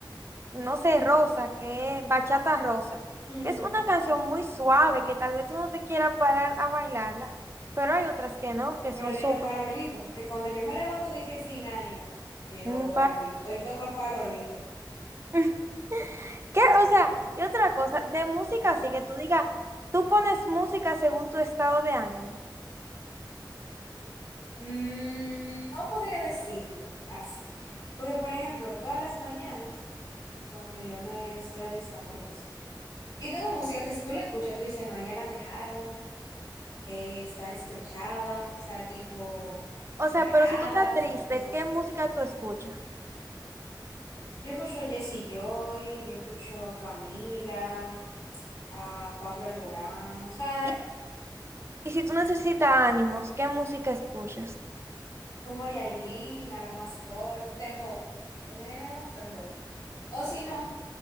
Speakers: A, on the right; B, on the left.
A: no sé, rosa, que es bachata rosa,
B: Mm.
A: que es una canción muy suave, que tal vez tú no te quieras parar a bailarla, pero hay otras que no, que
B: Pero
A: son
B: dime
A: súper...
B: farolito, que cuando yo me levanto de que sin ánimo, y digo,
A: Un
B: bueno, hoy hoy toca farolito.
A: <laughs> ¿Qué? O sea, y otra cosa, de música así que tú digas, tú pones música según tu estado de ánimo.
B: Mm, no podría decirlo así. Porque, por ejemplo, todas las mañanas, cuando yo me estoy alistando y eso, yo tengo música que si tú la escuchas, tú dices, no, allá la dejaron. eh, está despechada, o sea, tipo
A: O
B: baladas
A: sea, pero si tú estás triste,
B: y cosas
A: ¿qué
B: así.
A: música tú escuchas?
B: Yo escucho a Jesse Joy, yo escucho a Camila, a Pablo Alborán, o sea,
A: Y, y si tú necesitas ánimos, ¿qué música escuchas?
B: pongo a Yailin, a la más doll, Dembow, el género Dembow. O si no,